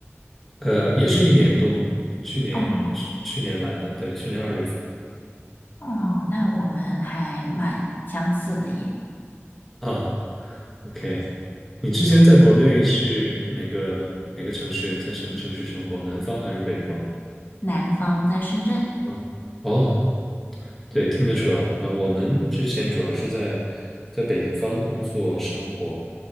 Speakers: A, in the centre; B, on the left.
A: 呃，也是一年多，去年去去年来的，
B: 哦。
A: 对，去年二月份
B: 哦，那我们还蛮相似的耶。
A: 啊。OK。你之前在国内是哪个哪个城市，在什么城市生活？南方还是北方？
B: 南方在深圳
A: 嗯，哦，对，听得出来啊。我们之前主要是在在北方工作生活，